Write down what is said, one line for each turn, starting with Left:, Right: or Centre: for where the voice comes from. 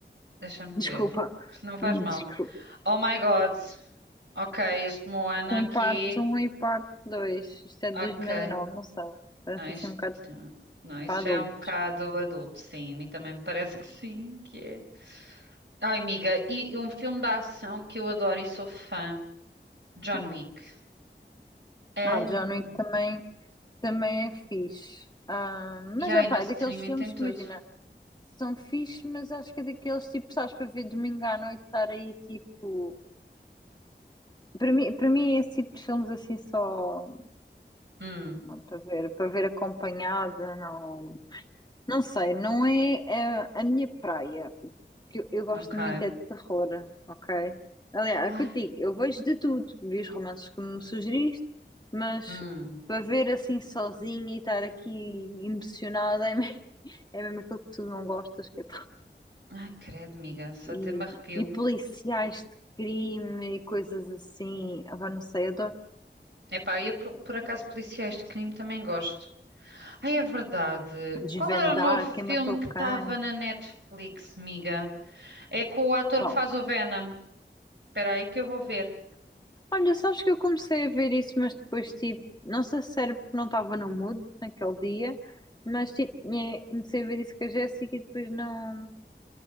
Right: Deixa-me
Left: Desculpa,
Right: ver. Não faz
Left: <laughs>
Right: mal.
Left: desculpa.
Right: Oh my God. Ok, este Moana
Left: Tem
Right: aqui.
Left: parte um e parte 2. Isto é
Right: Ok.
Left: de dois mil e nove, não sei. Parece
Right: Não, isto,
Left: assim um bocado
Right: não, isso
Left: para
Right: já
Left: adultos.
Right: é um bocado adulto, sim. A mim também me parece que sim, que é. Ai, amiga, e um filme da ação que eu adoro e sou fã, John
Left: Hum.
Right: Wick. É,
Left: Ah,
Right: Amiga.
Left: John Wick também, também é fixe. Ah,
Right: E
Left: mas, é
Right: ai,
Left: pá,
Right: no streaming
Left: é daqueles filmes
Right: tem tudo.
Left: que imagina. São fixe, mas acho que é daqueles tipo, sabes, para ver domingo à noite estar aí tipo. Para mim, para mim é esse tipo de filmes assim só
Right: Hum,
Left: não, para ver, para ver acompanhada, não, não sei, não é a, a minha praia. Que eu, eu gosto
Right: ok.
Left: muito é de terror, ok? Aliás,
Right: Ai,
Left: é o que eu te digo, eu vejo de tudo, vi os romances que me sugeriste, mas
Right: hum.
Left: para ver assim sozinha e estar aqui emocionada é, me- <laughs> é mesmo aquilo que tu não gostas, que é
Right: Ai, credo, amiga, só
Left: e,
Right: até me arrepio.
Left: e policiais de crime e coisas assim. Ah, pá, não sei, adoro.
Right: Epá, eu por, por acaso policiais de crime também gosto. Ai, é verdade.
Left: Desvendar
Right: Qual era o novo filme
Left: quem matou
Right: que
Left: quem.
Right: estava na Netflix, amiga? É com o ator
Left: Qual?
Right: que faz o Venom. Espera aí que eu vou ver.
Left: Olha, sabes que eu comecei a ver isso, mas depois, tipo, não sei se era porque não estava no mood naquele dia, mas, tipo, é, comecei a ver isso com a Jéssica e depois não,